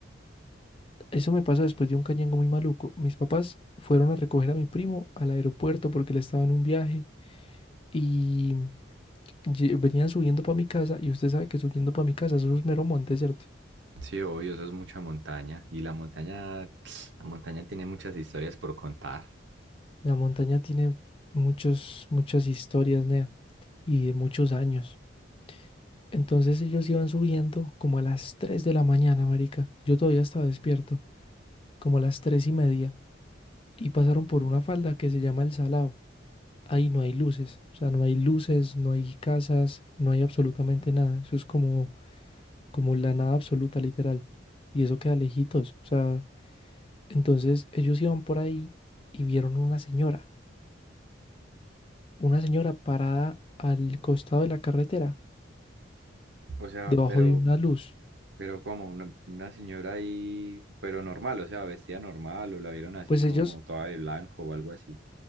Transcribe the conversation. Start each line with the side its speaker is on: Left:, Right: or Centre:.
Left: eso me pasó después de un cañango muy maluco. Mis papás fueron a recoger a mi primo al aeropuerto porque él estaba en un viaje y lle- venían subiendo para mi casa. Y usted sabe que subiendo para mi casa, eso es mero monte, ¿cierto?
Right: Sí, obvio, eso es mucha montaña. Y la montaña, <tsk> la montaña tiene muchas historias por contar.
Left: La montaña tiene muchos, muchas historias, Nea, y de muchos años. Entonces ellos iban subiendo como a las 3 de la mañana, marica. Yo todavía estaba despierto, como a las 3 y media. Y pasaron por una falda que se llama El Salao. Ahí no hay luces, o sea, no hay luces, no hay casas, no hay absolutamente nada. Eso es como, como la nada absoluta, literal. Y eso queda lejitos, o sea, entonces ellos iban por ahí y vieron una señora, una señora parada al costado de la carretera,
Right: O sea,
Left: debajo
Right: pero
Left: de una luz.
Right: Pero como una, una señora ahí, pero normal, o sea, vestida normal, o la vieron así
Left: Pues
Right: como
Left: ellos,
Right: toda de blanco o algo así.